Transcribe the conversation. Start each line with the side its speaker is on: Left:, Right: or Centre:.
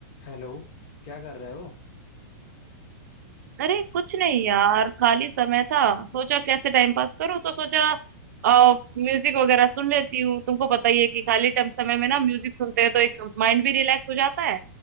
Left: Hello क्या कर रहे हो
Right: अरे कुछ नहीं यार खाली समय था सोचा कैसे टाइम पास करूं तो सोचा आ, म्यूजिक वगैरह सुन लेती हूँ तुमको पता ही है कि खाली टाइम समय में ना म्यूजिक सुनते हैं तो एक माइंड भी रिलैक्स हो जाता है